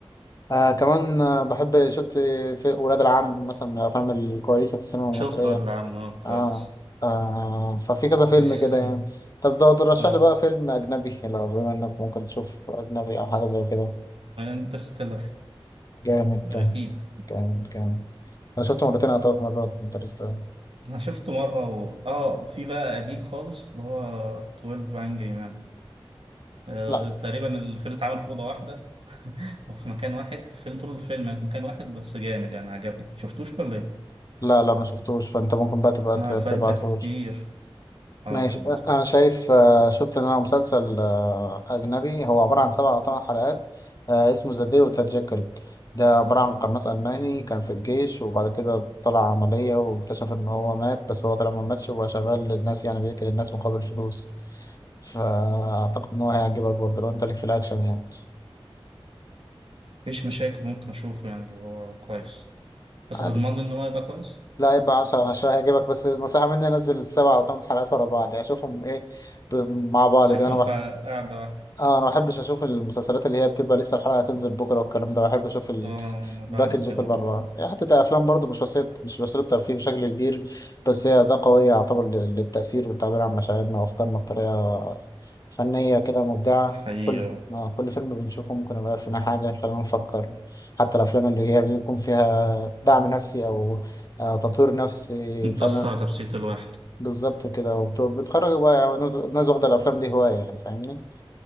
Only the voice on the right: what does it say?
شفت واد العم اه كويس
<laughs>
اه
انترستيلر
اكيد
<laughs> انا شفته مره و... اه وفي بقى قديم خالص اللي هو 12 انجري مان آه
تقريبا الفيلم اتعمل في اوضه واحده <laughs> او في مكان واحد الفيلم طول الفيلم يعني في مكان واحد بس جامد يعني عجبني شفتوش ولا إيه؟
آه،
فايتك كتير حاضر
هبعتهولك
مفيش مشاكل ممكن أشوفه يعني لو هو كويس بس
هتضمن لي إن هو يبقى كويس
أشوفه
في قاعدة واحدة
آه أنا بعمل
كده
برضه
حقيقي
آه.
متأثر
على نفسية الواحد